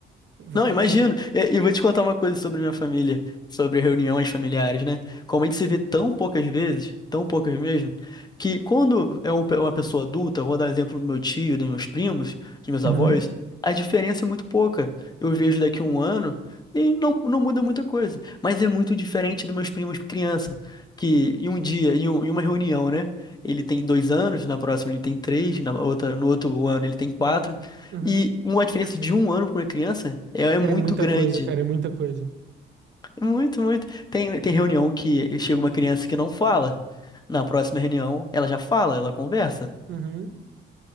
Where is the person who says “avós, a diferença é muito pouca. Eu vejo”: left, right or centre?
Left